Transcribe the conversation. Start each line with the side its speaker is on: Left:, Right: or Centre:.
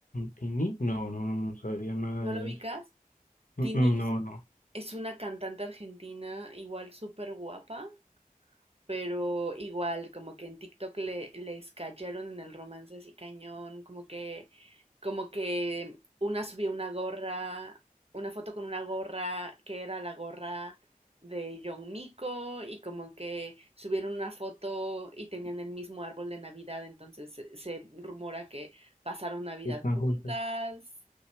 Left: ¿Tini? No, no, no, no sabía nada
Right: ¿No
Left: de
Right: lo ubicas?
Left: eso. Mm,
Right: Tini
Left: mm, No, no,
Right: Es una cantante argentina igual súper guapa pero igual, como que en TikTok le, les cayeron en el romance así cañón, como que, como que una subía una gorra, una foto con una gorra que era la gorra de John Miko y como que subieron una foto y tenían el mismo árbol de Navidad, entonces se, se rumora que pasaron Navidad
Left: están
Right: juntas,
Left: juntas.